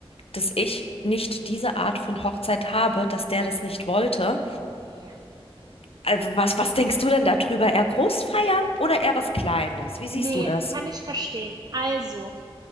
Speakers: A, on the left; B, on the right.
A: dass ich nicht diese Art von Hochzeit habe, dass der das nicht wollte.
B: Nee.
A: Also was, was denkst du denn darüber? Eher groß feiern oder eher was Kleines? Wie siehst
B: Nee,
A: du das?
B: kann ich verstehen. Also,